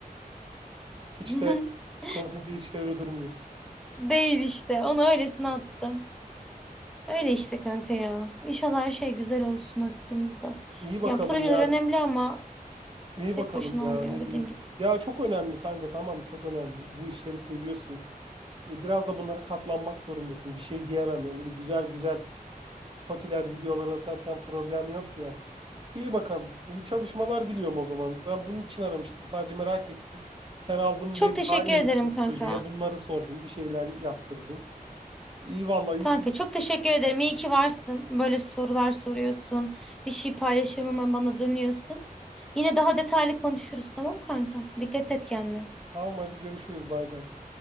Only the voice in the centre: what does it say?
<laughs>
Değil işte. Onu öylesine attım. Öyle işte kanka ya. İnşallah her şey güzel olsun hakkımızda.
Ya projeler
önemli ama
tek
başına
olmuyor
dediğim
gibi.
Çok
teşekkür
ederim kanka.
Kanka
çok teşekkür ederim. İyi ki varsın. Böyle sorular soruyorsun. Bir şey paylaşıyorum hemen bana dönüyorsun. Yine daha detaylı konuşuruz tamam mı kanka? Dikkat et kendine.